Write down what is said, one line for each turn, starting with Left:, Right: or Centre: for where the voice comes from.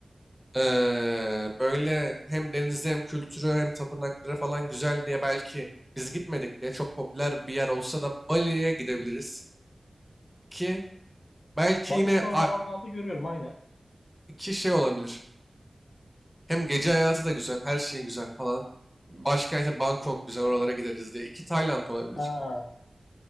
Centre: eee, böyle hem denizi hem kültürü hem tapınakları falan güzel diye belki biz gitmedik diye çok popüler bir yer olsa da Bali'ye gidebiliriz. İki, belki
Left: Bali
Centre: yine
Left: son
Centre: a-
Left: zamanlarda görüyorum aynen.
Centre: iki şey olabilir. Hem gece hayatı da güzel, her şey güzel falan. Başkenti
Left: Hı hı.
Centre: Bangkok güzel, oralara gideriz diye. İki Tayland olabilir.
Left: Ha.